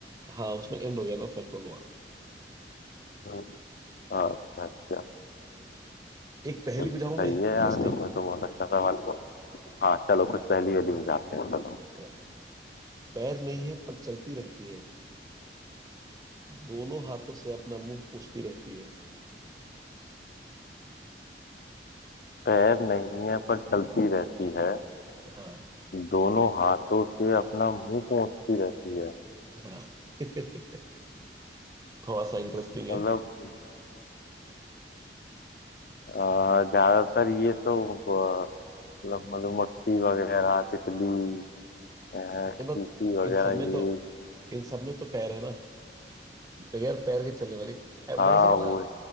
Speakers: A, on the right; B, on the left.
A: हाँ उसमें एंड हो गया था फर्स्ट वर्ल्ड वॉर
B: अच्छा अच्छा अच्छा।
A: एक पहेली
B: तो सही
A: बुझाऊं मैं
B: है
A: इंटरेस्टिंग
B: यार तुमने तो बहुत अच्छा सवाल पूछा हाँ चलो
A: हाँ
B: कुछ पहेली वहेली
A: हे-
B: बुझाते हैं चलो
A: हाँ, पै- पैर नहीं है पर चलती रहती है दोनों हाथों से अपना मुंह पूछती रहती है
B: पैर नहीं है पर चलती रहती है
A: हाँ
B: दोनों हाथों से अपना मुंह पोंछती रहती है
A: हाँ <laughs> थोड़ा सा इंटरेस्टिंग है
B: मतलब अ, ज्यादातर ये सब अ, मतलब मधुमक्खी वगैरह तितली अ,
A: ये
B: चींटी
A: बस
B: वगैरह
A: इन सब
B: ये
A: में तो इन सब में तो पैर है ना बगैर पैर के चलने वाली ए,
B: हाँ
A: वैसे वाला
B: वो